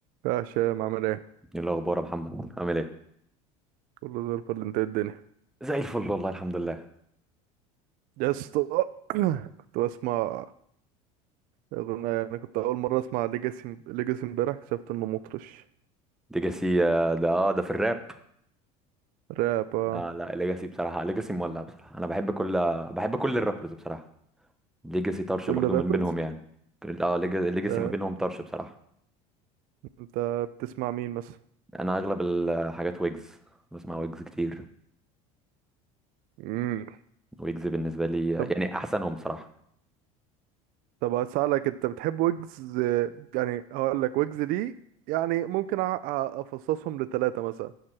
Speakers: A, on the right; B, in the centre.
A: يا هشام عامل ايه؟
B: ايه الاخبار يا محمد عامل ايه
A: كله زي الفل انت ايه الدنيا
B: زي الفل والله الحمد لله
A: يا اسطى <clears throat> كنت بسمع اغنية انا كنت اول مرة اسمع ليجاسي ليجاسي امبارح اكتشفت انه مطرش
B: ليجاسي آه، ده اه ده في الراب
A: راب اه.
B: لا لا ليجاسي بصراحه ليجاسي مولع بصراحه انا بحب كل بحب كل الرابرز بصراحه ليجاسي طرش
A: كل
B: برضو من
A: رابرز
B: بينهم يعني كل- اه ليجاسي
A: انت
B: ما بينهم طرش بصراحه
A: انت بتسمع مين مثلا؟
B: يعني انا اغلب الحاجات ويجز بسمع ويجز كتير
A: مم.
B: ويجز بالنسبه لي
A: طب
B: آه، يعني احسنهم بصراحه
A: طب هسألك انت بتحب ويجز اه، يعني هقول لك ويجز دي يعني ممكن أ- أ- افصصهم لثلاثة مثلا